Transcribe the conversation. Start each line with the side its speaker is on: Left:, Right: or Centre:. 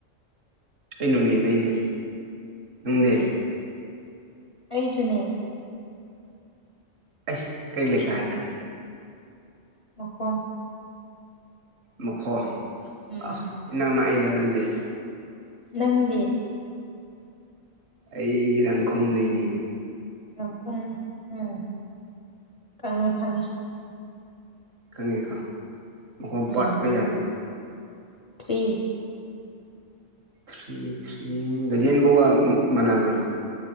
Right: ꯑꯩꯅꯅꯗꯅꯦ ꯎꯗ
Left: ꯑꯩꯁꯨꯨꯅꯦ
Right: ꯑꯥ ꯀꯩ ꯂꯩꯈꯥꯏꯗ
Left: ꯃꯈꯣꯟ
Right: ꯃꯈꯈꯣ
Left: ꯎꯝ
Right: ꯑ ꯏ ꯏꯗ ꯑꯗꯨꯗꯦ
Left: ꯂꯪꯗꯤ
Right: ꯑꯩ ꯔꯪꯈꯣꯡ ꯂꯩꯅꯤ
Left: ꯅꯪꯈ ꯎꯝ ꯈꯪꯉꯦ ꯈꯪꯉꯦ
Right: ‌‍ꯈꯪꯉꯦ ꯈꯪ ꯃꯈꯝ
Left: ꯎꯝ
Right: ꯄꯥꯠ ꯀꯌꯥꯅꯣ
Left: ꯊ꯭ꯔꯤ
Right: ꯊ꯭ꯔꯤ ꯊꯔꯤ ꯖꯦꯟꯕꯕ ꯃꯅꯥꯕ꯭ꯔꯣ